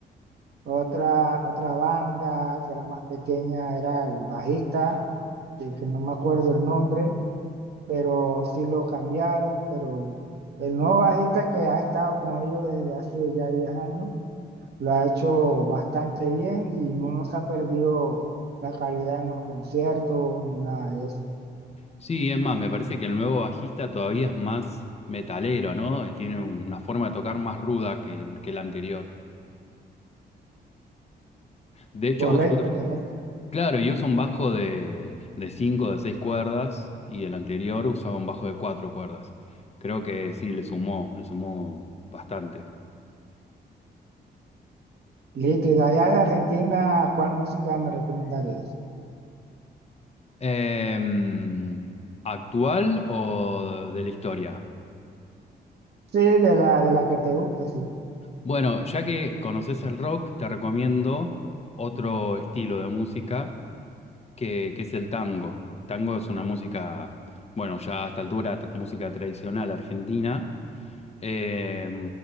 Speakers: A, on the right; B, on the left.
A: otra, otra banda que era más pequeña, era el bajista, que, que no me acuerdo el nombre, pero sí lo cambiaron, pero el nuevo bajista que ha estado con ellos desde hace ya 10 años, lo ha hecho bastante bien y no nos ha perdido la calidad en los conciertos, nada de eso.
B: Sí, es más, me parece que el nuevo bajista todavía es más metalero, ¿no? Eh, Tiene una forma de tocar más ruda que el, que el anterior. De hecho,
A: Correcto,
B: us- us-
A: correcto.
B: claro, y usa un bajo de, de cinco, de seis cuerdas, y el anterior usaba un bajo de cuatro cuerdas. Creo que sí, le sumó, le sumó bastante.
A: Listo, y de allá de Argentina, ¿cuál música me recomendarías?
B: Em, ¿actual o de la historia?
A: Sí, de la, de la que te gusta, sí.
B: Bueno, ya que conoces el rock, te recomiendo otro estilo de música que, que es el tango. El tango es una música, bueno, ya a esta altura, tra- música tradicional argentina, eh,